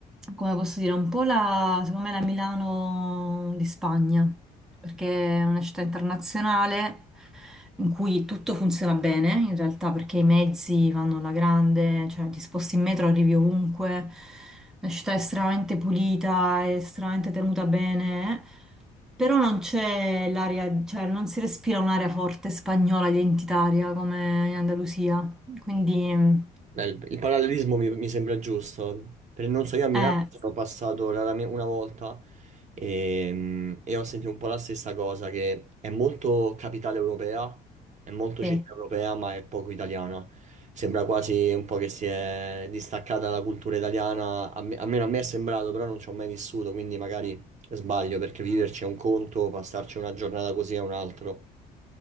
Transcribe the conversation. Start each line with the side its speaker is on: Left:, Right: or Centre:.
Centre: come posso dire, un po' la, secondo me la Milano di Spagna, perché è una città internazionale in cui tutto funziona bene in realtà perché i mezzi vanno alla grande, cioè ti sposti in metro, arrivi ovunque, la città è estremamente pulita, è estremamente tenuta bene, però non c'è l'aria, cioè non si respira un'aria forte spagnola identitaria come in Andalusia, quindi
Right: Beh, il, il parallelismo mi, mi sembra giusto. Per, non so, io a Milano
Centre: eh,
Right: sono passato raramente una volta e, e ho sentito un po' la stessa cosa, che è molto capitale europea, è molto
Centre: sì,
Right: città europea, ma è poco italiana. Sembra quasi un po' che si è distaccata dalla cultura italiana, a me- almeno a me è sembrato, però non ci ho mai vissuto, quindi magari sbaglio, perché viverci è un conto, passarci una giornata così è un altro.